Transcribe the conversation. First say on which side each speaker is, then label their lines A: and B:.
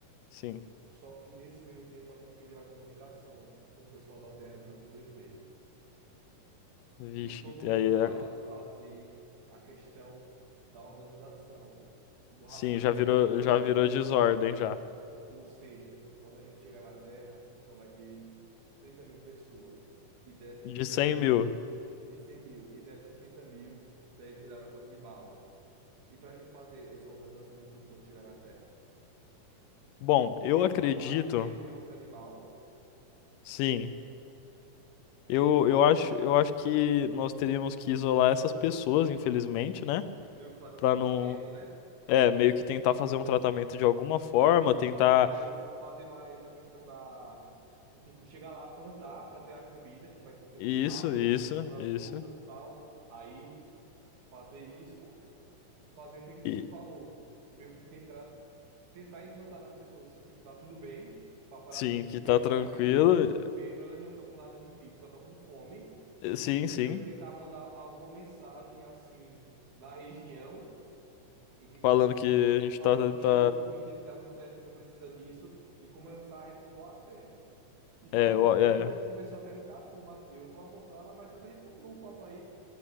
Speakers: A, on the left; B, on the right.
A: Sim.
B: Só que nesse meio tempo a gente perdeu a comunicação com o pessoal da Terra durante dois meses.
A: Vixe,
B: E todo
A: ent-
B: mundo
A: aí é-
B: parou de fazer a questão da organização, do racionamento
A: sim, já virou,
B: de comida.
A: já virou desordem já.
B: Ou seja, quando a gente chegar na Terra, só vai ter trinta mil pessoas. E dessas
A: De
B: trinta
A: cem
B: mil,
A: mil.
B: de cem mil. E dessas 30 mil, 10 viraram canibal. E para a gente fazer essa organização de tudo quando chegar na Terra?
A: Bom,
B: Porque
A: eu acredito,
B: uma parte deles virou canibal,
A: sim.
B: é
A: Eu, eu acho, eu acho que nós teríamos que isolar essas pessoas, infelizmente, né?
B: meio que fazer
A: Pra
B: um tratamento,
A: não,
B: né?
A: é, meio que tentar fazer um tratamento de alguma forma, tentar
B: Fazer mais, fazer mais a questão da, de tipo, chegar lá, plantar para ter a comida, que vai crescer muito
A: Isso,
B: rápido,
A: isso,
B: a questão das
A: isso.
B: frutas e tal, raízes, fazer isso, fazer feito você
A: E
B: falou, meio que tentar, tentar implantar nas pessoas que, tipo, tá tudo bem, para parar
A: sim,
B: de desespero,
A: que tá tranquilo.
B: porque a questão do desespero, elas não estão com nada de vírus, só estão com fome,
A: e- Sim,
B: e
A: sim.
B: meio que tentar mandar alguma mensagem, assim, na região, e que, tipo,
A: Falando que a gente
B: falando
A: tá,
B: que chegou
A: tá...
B: comida, que tá tudo certo, que não precisa disso, e começar a repovoar a terra. E falando
A: É, ó,
B: em comida,
A: é.
B: começou até a me dar fome aqui. Eu vou almoçar, mas mais tarde a gente continua o papo aí.